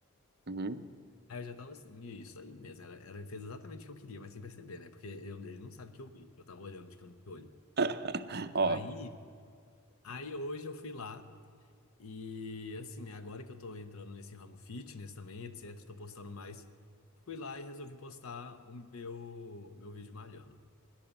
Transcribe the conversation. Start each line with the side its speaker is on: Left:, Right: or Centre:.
Right: Uhum.
Left: Aí eu já tava assim, isso aí mesmo, era, era, ele fez exatamente o que eu queria, mas sem perceber, né? Porque eu- ele não sabe que eu vi, que eu tava olhando de canto de olho.
Right: <laughs> Ó,
Left: Aí, aí hoje eu fui lá. E assim, né, agora que eu tô entrando nesse ramo fitness também, etc, tô postando mais. Fui lá e resolvi postar o meu meu vídeo malhando.